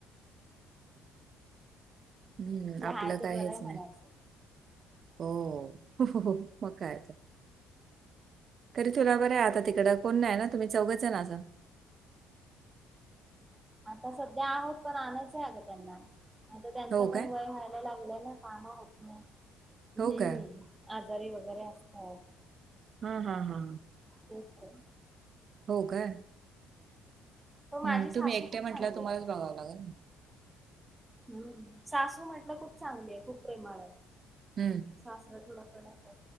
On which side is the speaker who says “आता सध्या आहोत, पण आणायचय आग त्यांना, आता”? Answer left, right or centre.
Right